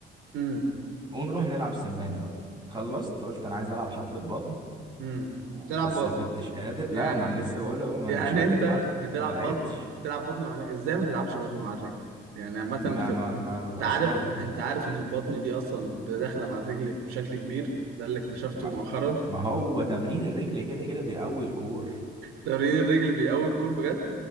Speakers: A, on the right; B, on the right.
A: امم
B: ونروح نلعب سمانة بقى خلصت قلت انا عايز العب حبة بطن
A: امم بتلعب
B: بس
A: ب...
B: ما كنتش
A: بت...
B: قادر لا
A: يعني
B: ما انا لسه بقول اهو ما انا
A: يعني
B: مش قادر
A: انت
B: بقى
A: بتلعب
B: فما لعبتش
A: بطن بتلعب بطن مع الرجل ازاي ما تلعبش بطن مع الرجل يعني عامة
B: ما
A: بتبقى
B: ما ما ما
A: انت
B: بقاش
A: عارف
B: قادر بقى
A: انت عارف ان البطن دي اصلا داخلة مع الرجل بشكل كبير ده اللي اكتشفته
B: ما,
A: مؤخرا
B: ما هو تمرين الرجل كده كده بيقوي الكور
A: تمرين الرجل بيقوي الكور بجد